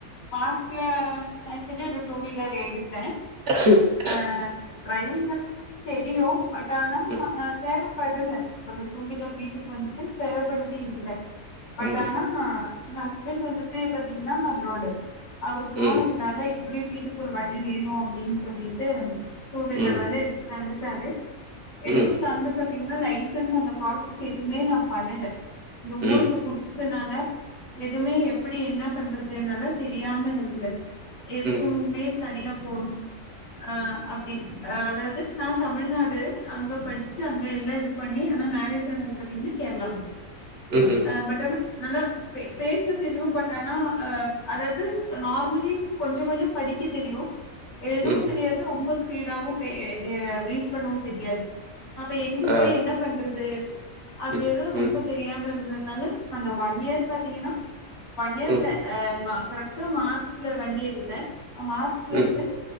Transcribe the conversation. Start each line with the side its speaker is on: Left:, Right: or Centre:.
Left: மார்ச்ல ஆக்சுவலி ஒரு டூ வீலர் எடுத்த
Right: அ
Left: ஆ ட்ரைவிங் எல்லா தெரியு பட் ஆனா
Right: ம்
Left: தேவப்படல இப்ப அந்த டூ வீலர் வீட்டுக் வந்துட்டு தேவப்படவே இல்ல பட்
Right: ம்
Left: ஆனா
Right: ம்
Left: ஆ ந ஹஸ்பண்ட் வந்துட்டு பாத்தீங்கனா அப்ராடு அவர்
Right: ம்
Left: போனதுனால இப் அப்டியே வீட்டுக்கு ஒரு வண்டி வேணு அப்டின் சொல்லிட்டு டூ வீலர்
Right: ம்
Left: வந்து தந்துட்டாரு எடுத்து
Right: ம்
Left: தந்து பாத்தீங்கனா லைசன்ஸ் அந்த ப்ராசஸ் எதுமே நா பண்ணல இந்த
Right: ம்
Left: ஊருக்கு புதுசுனால எதுமே எப்படி என்ன பண்றதுனால தெரியாம இருந்த எதுக்குமே
Right: ம்
Left: தனியா போணு ஆ அப்டி அதாவது நா தமிழ்நாடு அங்க படிச்சு அங்க எல்லா இது பண்ணி ஆனா மேரேஜ் ஆனது பாத்தீங்னா கேரளா
Right: ம்
Left: ஆ பட் ஆனா நல்லா பேச தெரியு பட் ஆனா அ அதாவது நார்மலி கொஞ்சோ கொஞ்சோ படிக்க தெரியு எதுவு
Right: ம்
Left: தெரியாது ரொம்ப ஸ்பீடாவு பே எ ரீட் பண்ணவு தெரியாது அப்ப எங்க
Right: ஆ
Left: போய் என்ன பண்றது அப்படியெல்லாம்
Right: ம்
Left: ரொம்ப
Right: ம்
Left: தெரியாம இருந்ததுனால அந்த ஒன் இயர் பாத்தீங்கன்னா ஒன் இயர்ல
Right: ம்
Left: ஆ கரெக்ட்டா மார்ச்ல வண்டி எடுத்தன் மார்ச்ல
Right: ம்
Left: இருந்து